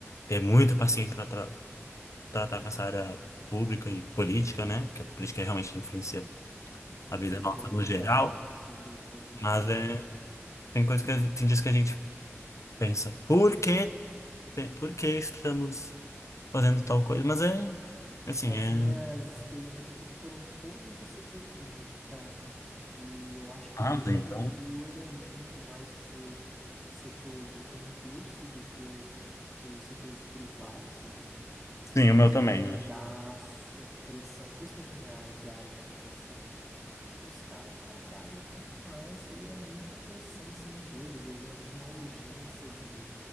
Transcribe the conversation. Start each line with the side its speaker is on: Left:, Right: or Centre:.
Left: ter muita paciência para tratar com essa área pública e política, né? Que a política realmente influencia
Centre: Influência
Left: a vida
Centre: pesada
Left: nossa no geral,
Centre: no servidor público.
Left: mas é, tem coisas que a- tem dias que a gente pensa, por que, tem- por que estamos fazendo tal coisa? Mas é, assim,
Centre: As
Left: é...
Centre: minhas experiências foram todas no setor público, cara. E eu acho que
Left: Ah,
Centre: o meu
Left: mas
Centre: perfil,
Left: então...
Centre: ele é muito mais pro setor de concurso do que do setor de privado, sabe? Eu não sei
Left: Sim,
Centre: se eu
Left: o
Centre: conseguiria
Left: meu também,
Centre: lidar
Left: eu acho.
Centre: sob pressão, principalmente na minha área, que é a área de computação. Os caras trabalham demais e é muita pressão em cima deles. É geralmente uma urgência de,